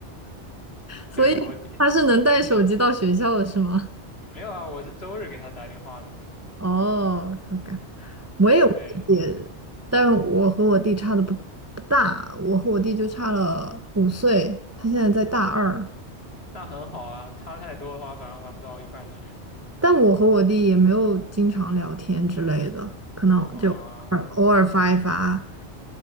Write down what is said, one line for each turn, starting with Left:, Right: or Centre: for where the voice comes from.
Right: 所以他是能带手机到学校的是吗？
Left: 对，我弟弟，嗯，没有啊，我是周日给他打电话的嘛。
Right: 哦，so good，我也有弟弟，
Left: 对对，
Right: 但我和我弟差的不不大，我和我弟就差了五岁，他现在在大二。
Left: 那很好啊，差太多的话反而玩不到一块去
Right: 但我和我弟也没有经常聊天之类的，可能就偶尔偶尔发一发
Left: 啊。哦